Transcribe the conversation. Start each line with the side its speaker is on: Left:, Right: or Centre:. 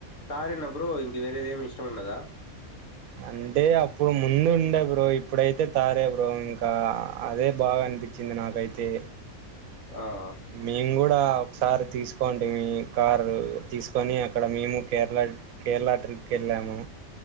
Left: తారేనా బ్రో ఇంక వేరేది ఏమి ఇష్టం ఉండదా.
Right: అంటే అప్పుడు ముందు ఉండే బ్రో, ఇప్పుడైతే తారే బ్రో, ఇంకా అదే బాగా అనిపించింది నాకైతే.
Left: ఆ అ
Right: మేము కూడా ఒకసారి తీసుకోండి కారు తీసుకొని అక్కడ మేము కేరళ కేరళ టట్రిప్ కేళ్ళాము